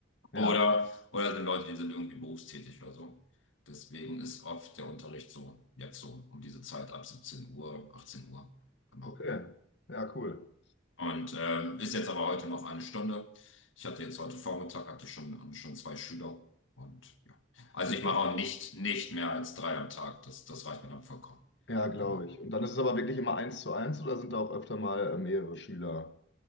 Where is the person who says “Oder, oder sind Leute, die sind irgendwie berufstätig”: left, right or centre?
Left